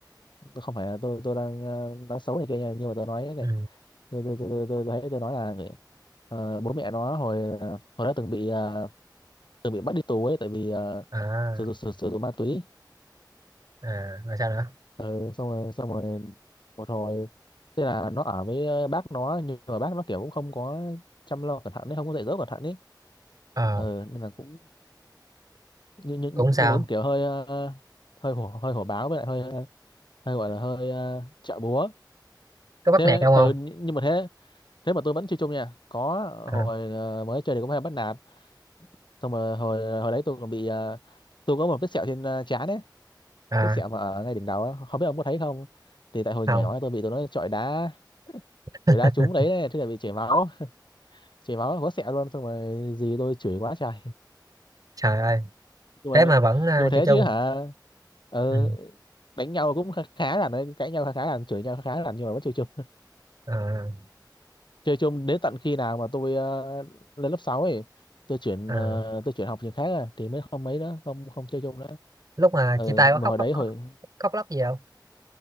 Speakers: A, on the left (about 80°); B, on the right (about 50°).
A: ờ, không phải là tôi tôi đang ờ, nói xấu này kia nha, nhưng mà tôi nói này
B: ừ.
A: tôi tôi tôi tôi tôi tôi, thấy tôi nói là người, ờ, bố mẹ nó hồi hồi đó từng bị ờ, từng bị bắt đi tù ấy tại vì ờ,
B: à,
A: sử dụng sử, sử dụng ma túy
B: à rồi sao nữa
A: Ờ, xong rồi xong rồi một hồi thế là nó ở với ờ, bác nó nhưng mà bác nó kiểu cũng không có chăm lo cẩn thận ấy không có dạy dỗ cẩn thận ấy
B: ờ
A: Ờ, nên là cũng nên, nên
B: cũng sao
A: nên là cũng kiểu hơi ờ, hơi hổ hơi hổ báo với lại hơi hơi gọi là hơi ờ, chợ búa
B: có bắt
A: thế
B: nạt ông không
A: ừ, nhưng mà thế thế mà tôi vẫn chơi chung nha có
B: à,
A: hồi ờ, mới chơi thì cũng hay bắt nạt xong rồi hồi hồi đấy tôi còn bị ờ, tôi có một vết sẹo trên ờ, trán ấy
B: à
A: vết sẹo mà ở ngay đỉnh đầu á không biết ông có thấy không thì tại hồi
B: không
A: nhỏ tôi bị tụi nó chọi đá
B: <laughs>
A: chọi đá trúng đấy này thế là bị chảy máu chảy máu có sẹo luôn xong rồi gì tôi chửi quá trời
B: trời ơi
A: <laughs> nhưng
B: thế
A: mà
B: mà vẫn ờ,
A: nhưng mà thế
B: chơi chung
A: chứ hả ờ,
B: ừ.
A: đánh nhau cũng khá, khá là đấy, cãi nhau khá khá là chửi nhau khá khá là nhưng mà vẫn chơi chung
B: à,
A: chơi chung đến tận khi nào mà tôi ờ, lên lớp 6 ấy tôi chuyển
B: à.
A: ờ, tôi chuyển học trường khác à, thì mới không mấy đó không không chơi chung nữa
B: lúc mà
A: ừ,
B: chia tay có
A: mà
B: khóc
A: hồi đấy
B: khóc khóc
A: hồi
B: khóc lóc gì không